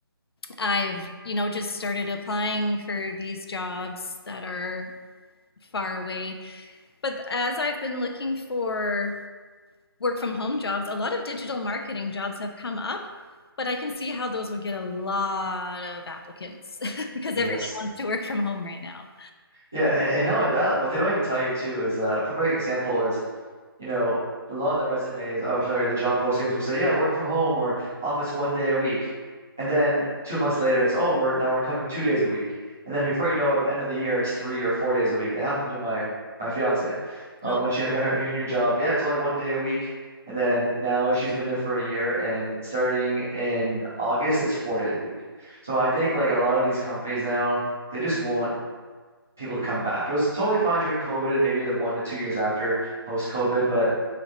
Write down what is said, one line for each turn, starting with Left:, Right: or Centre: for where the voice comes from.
Left: I've, you know, just started applying for these jobs that are far away but as I've been looking for work from home jobs, a lot of digital marketing jobs have come up, but I can see how those would get a lot of applicants <laughs> because everyone
Centre: Yes.
Left: wants to work from home right now.
Centre: Yeah. And, and not only that, what they don't even tell you too is uh, a perfect example is you know, a lot of the resumes, oh, sorry, the job postings will say, yeah, work from home or office one day a week. And then two months later, it's, oh, we're now we're coming two days a week. And then before you know it, at the end of the year, it's three or four days a week. It happened to my my fiance
Left: No,
Centre: uh, when she had got her, her new job. Yeah, it's only one day a week. And then now she's been there for a year, and starting in August, it's four days a week. So I think like a lot of these companies now, they just want people to come back. It was totally fine during COVID and maybe the one to two years after post COVID, but